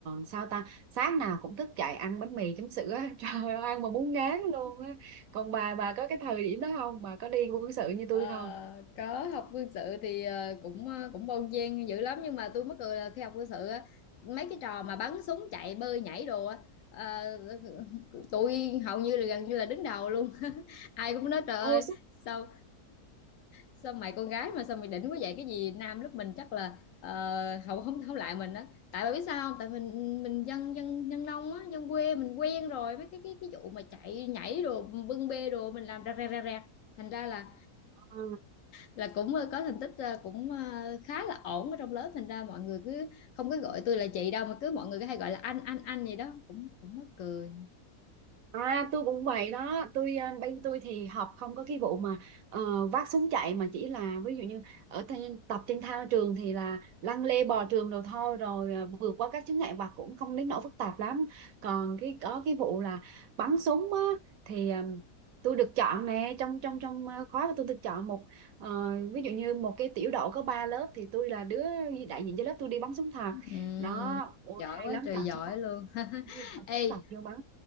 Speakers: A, on the right; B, on the left.
A: sao ta sáng nào cũng thức dậy ăn bánh mì chấm sữa á. <laughs> trời ơi ăn mà muốn ngán luôn á còn bà bà có cái thời điểm đó không bà có đi quân sự như tôi
B: Ờ,
A: không
B: có học quân sự thì ờ, cũng ờ, cũng bon chen dữ lắm nhưng mà tôi mắc cười là khi học quân sự á, mấy cái trò mà bắn súng chạy bơi nhảy đồ á ờ, tôi hầu như là gần như là đứng đầu luôn <laughs> ai cũng nói trời ơi
A: ô
B: sao sao mày con gái mà sao mày đỉnh quá vậy cái gì nam lúc mình chắc là ờ, không không không lại mình đó tại bà biết sao không tại mình mình dân dân dân nông á dân quê mình quen rồi với cái cái cái vụ mà chạy nhảy đồ bưng bê đồ mình làm ra ra ra ra thành ra là
A: À,
B: là cũng ờ, có thành tích ờ, cũng ờ, khá là ổn ở trong lớp thành ra mọi người cứ không có gọi tôi là chị đâu mà cứ mọi người cứ hay gọi là anh anh anh gì đó cũng cũng mắc cười
A: à tôi cũng vậy đó tôi à, bên tôi thì học không có cái vụ mà ờ, vác súng chạy mà chỉ là ví dụ như ở trên, tập trên thao trường thì là lăn lê bò trường đồ thôi rồi à, vượt qua các chướng ngại vật cũng không đến nỗi phức tạp lắm còn cái có cái vụ là bắn súng á, thì à, tôi được chọn nè trong trong trong à, khóa của tôi được chọn một ờ, ví dụ như một cái tiểu đội có ba lớp thì tôi là đứa đại diện cho lớp tôi đi bắn súng thật
B: Ừm,
A: đó ôi
B: giỏi
A: hay
B: quá
A: lắm
B: trời
A: cầm
B: giỏi
A: súng thật
B: luôn <laughs>
A: cầm
B: ê
A: súng thật vô bắn